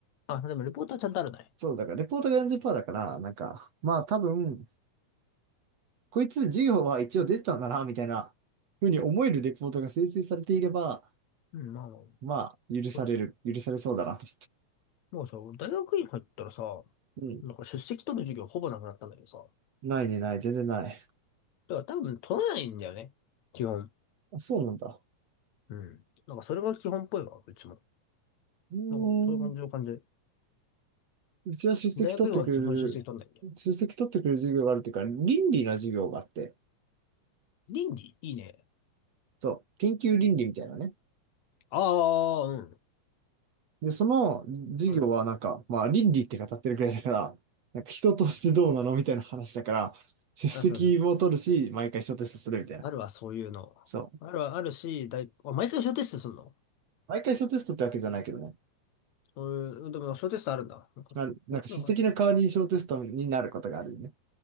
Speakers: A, on the left; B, on the right.
A: あ、でもレポートはちゃんとあるね。
B: そう、だからレポートが40%だから、なんか、まあ多分、こいつ授業は一応出てたんだな、みたいなふうに思えるレポートが生成されていれば、
A: うん、まあ、
B: まあ、許される、
A: そうだね
B: 許されそうだなと
A: もうさ、大学院入ったらさ、
B: 思って。
A: なんか出席取る授業ほぼなくなったんだけどさ。だ
B: うん。ないね、ない、全然ない。
A: から多分取らないんだよね。基本。
B: あ、そうなんだ。
A: うん。なんかそれが基本っぽいわ、うちも。
B: うーん。
A: なんかそういう感じの感じ。
B: うちは出席取ってくれる、
A: 大学院は基本出席取んないんだよ。
B: 出席取ってくれる授業があるっていうか、倫理の授業があって、
A: 倫理いいね。
B: そう、研究倫理みたいなね。
A: ああ、うん。
B: で、その授業はなんか、
A: うん。
B: まあ倫理って語ってるくらいだから、なんか人としてどうなのみたいな話だから、出席も取るし、
A: あ、そうそう。
B: 毎回小テストするみたいな。
A: あるわ、そういうの。
B: そう。
A: あるわ、あるし、だい、あ、毎回小テストすんの
B: 毎回小テストってわけじゃないけどね。
A: そういう、でも小テストあるんだ。なんか、
B: な、なんか出席の代わりに小テストになることがあるよね。
A: こっちの方が、